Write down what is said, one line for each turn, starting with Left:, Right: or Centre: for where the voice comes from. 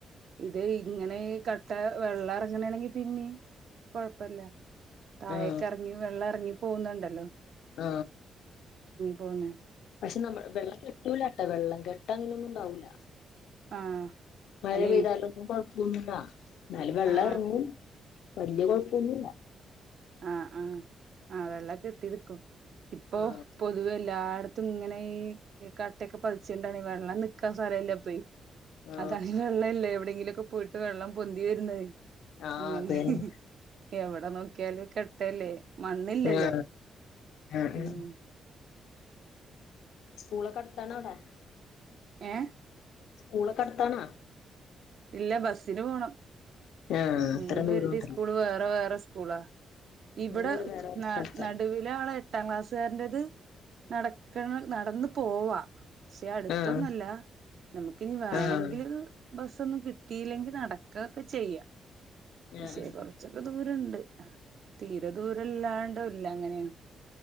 Right: ഇത് ഇങ്ങനെ ഈ കട്ട വെള്ളർങ്ങ്ണാണെങ്കി പിന്നിം കൊഴപ്പല്ല താഴേക്കെർങ്ങി
Left: ആ
Right: വെള്ളർങ്ങി പോവുന്നുണ്ടല്ലോ
Left: ആ
Right: പോന്നെ
Left: പക്ഷെ നമ്മ വെള്ളം കെട്ടൂലാട്ടോ വെള്ളം കെട്ടങ്ങനെ ന്നുണ്ടാവൂല
Right: ആ
Left: മഴ
Right: അല്ലെ
Left: പെയ്താലൊന്നും കൊഴപ്പൊന്നുല്ല എന്നാലും വെള്ളെർങ്ങും
Right: ആ
Left: വെല്യ കൊഴപ്പൊന്നുല്ല
Right: ആ ആ ആ വെള്ളക്കെട്ടി നിക്കും ഇപ്പൊ
Left: ആ
Right: പൊതുവെ എല്ലാട് ത്തുങ്ങനെ ഈ കട്ടൊക്കെ പതിച്ചിണ്ടാണെ വെള്ളം നിക്കാൻ സ്ഥലല്ലപ്പെയ്
Left: ആ
Right: അതാണ് വെള്ളല്ലെ എവിടെയെങ്കിലൊക്കെ പോയിട്ട് വെള്ളം പൊന്തി വര്ന്നെ
Left: ആ
Right: അങ്ങനെ
Left: അത് തന്നെ
Right: ഹ്‌ ഹ്‌ എവിടെ നോക്കിയാലും കെട്ടല്ലേ വന്നില്ലല്ലോ
Left: ആ ആ
Right: ഉം
Left: ആ സ്കൂളൊക്കടുത്താണവിടെ
Right: ഏഹ്‌
Left: സ്കൂളൊക്കടുത്താണാ?
Right: ഇല്ല ബസ്സിന് പോണം
Left: ആഹ് അത്ര
Right: മൂന്ന്
Left: ദൂരണ്ടല്ലോ
Right: പേരുടെ സ്കൂള് വേറെ വേറെ സ്കൂള ഇവിടെ
Left: മൂന്നൂര് വേറെ
Right: ന
Left: സ്ഥലത്താണ്
Right: നടുവിലെ ആളെ എട്ടാം ക്ലാസ്സുകാരന്റെത് നടക്കണ നടന്ന് പോവാ പക്ഷെ അടുത്തൊന്നല്ല
Left: ആഹ്
Right: നമുക്ക്നിവേണെങ്കില്
Left: ആഹ്
Right: ബസ്സൊന്നും കിട്ടിയില്ലെങ്കി നടക്കൊക്കെ ചെയ്യാ പക്ഷേ
Left: ആഹ്
Right: കൊറച്ചൊക്കെ ദൂരണ്ട് തീരെ ദൂരം ല്ലാണ്ടല്ല അങ്ങനെയാണ്